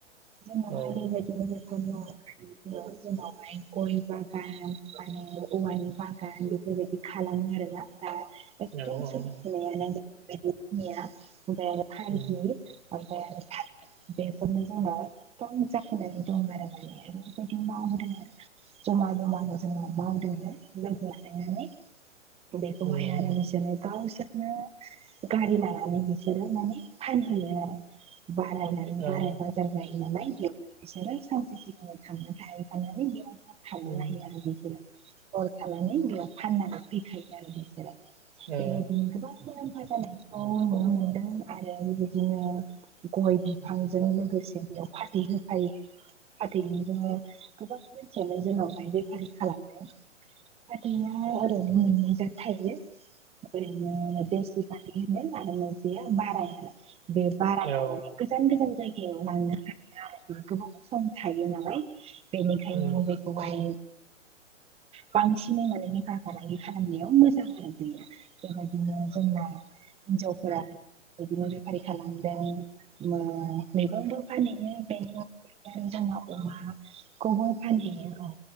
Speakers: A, on the right; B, on the right.
A: जोंनाव
B: औ
A: हालिबायदिनो <unintelligible> बेफोरनि अनगायैबो जोंनावहाय गय बागान आरो औवानि बा गान बेफोरबायदि खालामो आरोना दा एकदम
B: औ
A: सोलिफुनायानो <unintelligible>
B: उम
A: ओमफ्राय आरो थालिर बेफोरनो जोंहा एकदम जाफुनानै दं आरो माने ओरै बायदि मावदों आरो। जमा जमानो जोङो मावदों <unintelligible> <unintelligible> बेखौहाय
B: उम
A: आरो बिसोरो गावसोर नों गारि लानानै बिसोरो माने फानहैयो आरो बारा ला
B: औ
A: बाराय बाजार जायो नालाय बेयाव बिसोरो सानसे सिगाङाव थांनानै थाहैखानानै बेयावनो थाबोनो
B: उम
A: हायो आरो बिसोरो। हर थानानै बेयाव फाननानै फैखायो आरो बिसोरो
B: औ
A: बेबायदिनो
B: औ
A: गोबां मुलाम्फा जानायखौ नुनो मोनदों आरो बेबायदिनो गय बिफांजों
B: उम
A: लोगोसे बेयाव फाथै होफायो फाथैजोंनो गोबां मानसियानो जोंनावहाय बेफारि खालामदों। फाथैया ओरैनो मोननै जात थायो ओरैनो <unintelligible> होनो आरो मोनसेया बाराय आरो बे बाराया
B: औ
A: माने <unintelligible> गोजान गोजान जायगायाव लांनो हायो आरो गोबाव सम थायो नालाय। बेनिखायनो
B: उम
A: बेखौहाय बांसिनै माने बेफार फालांगि खालामनायाव मोजां आरो। बेबायदिनो जोंना हिनजावफोरा बेबायदिनो बेफारि खालामदों। <unintelligible> फानहैयो बेनि <unintelligible> जोंना अमाखौबो फानहैयो औ